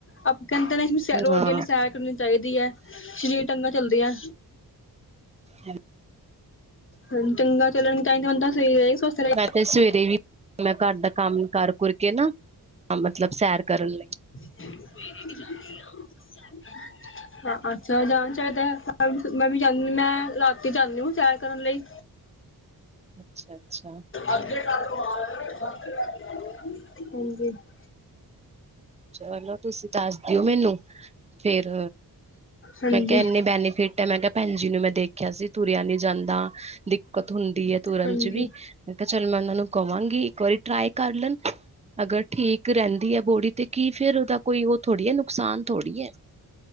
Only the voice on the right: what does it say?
ਹਾਂ
ਹੈ
ਮੈਂ ਤੇ ਸਵੇਰੇ ਵੀ ਮੈਂ ਘਰ ਦਾ ਕੰਮ ਕਰ ਕੁੁਰ ਕੇ ਨਾ ਮਤਲਬ ਸੈਰ ਕਰਨ ਲੱਗੀ।
ਅੱਛਾ -ਅੱਛਾ।
ਚਲੋ, ਤੁਸੀਂ ਦੱਸ ਦਿਓ ਮੈਨੂੰ, ਫੇਰ
ਮੈਂ ਕਿਹਾ ਇੰਨੀ ਬੈਨੀਫਿਟ ਹੈ, ਮੈਂ ਕਿਹਾ ਭੈਣ ਜੀ ਨੂੰ ਮੈਂ ਦੇਖਿਆ ਸੀ ਤੁਰਿਆ ਨਹੀਂ ਜਾਂਦਾ। ਦਿੱਕਤ ਹੁੰਦੀ ਹੈ ਤੁਰਨ
ਚ ਵੀ। ਮੈਂ ਕਿਹਾ ਚੱਲ ਮੈਂ ਉਹਨਾਂ ਨੂੰ ਕਵਾਂਗੀ ਇੱਕ ਵਾਰੀ ਟਰਾਈ ਕਰ ਲੈਣ, ਅਗਰ ਠੀਕ ਰਹਿੰਦੀ ਹੈ। ਬੋਡੀ ਤੇ ਕੀ ਫੇਰ ਉਹਦਾ ਕੋਈ ਉਹ ਥੋੜੀ ਏ ਨੁਕਸਾਨ ਥੋੜ੍ਹੀ ਏ।